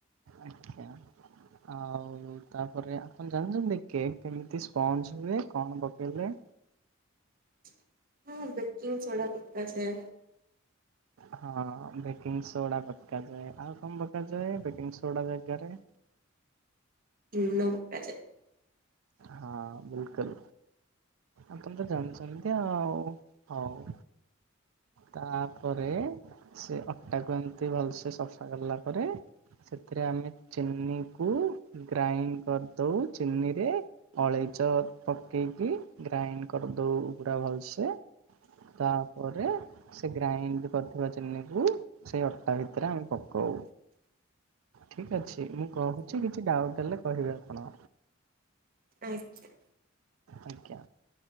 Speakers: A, on the right (about 80°); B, on the right (about 45°).
A: ଆଖ୍ୟା। ଆଉ ତାପରେ ଆପଣ ଜାଣିଚନ୍ତି କେକ୍ କେମିତି ସ୍ପଞ୍ଜ ହୁଏ କଣ ପକେଇଲେ?
B: <inaudible> ହଁ ବେକିଂ ସୋଡ଼ା ପକାଯାଏ।
A: ହଁ ବେକିଂ ସୋଡା ପକାଯାଏ। ଆଉ କଣ ପକାଯାଏ ବେକିଂ ସୋଡା ଜାଗାରେ?
B: ଲୁଣ ପକାଯାଏ।
A: ହଁ ବିଲ କୁଲ ଆପଣ ତ ଜାଣିଚନ୍ତି ଆଉ ହଉ। ତାପରେ ସେ ଅଟା କୁ ଏମତି ଭଲସେ ସଫା କଲା ପରେ। ସେଥିରେ ଆମେ ଚିନି କୁ ଗ୍ରାଇଣ୍ଡ କରିଦଉ। ଚିନିରେ ଅଳେଇଚ ପକେଇକି ଗ୍ରାଇଣ୍ଡ କରିଦଉ ପୁରା ଭଲସେ। ତାପରେ ସେ ଗ୍ରାଇଣ୍ଡ କରିଥିବା ଚିନିକୁ ସେଇ ଅଟା ଭିତରେ ଆମେ ପକଉ।
B: <inaudible>
A: ଠିକ ଅଛି ମୁଁ କହୁଛି କିଛି ଡାଉଟ୍ ହେଲେ କହିବେ ଆପଣ।
B: ଆଚ୍ଛା।
A: ଆଜ୍ଞା,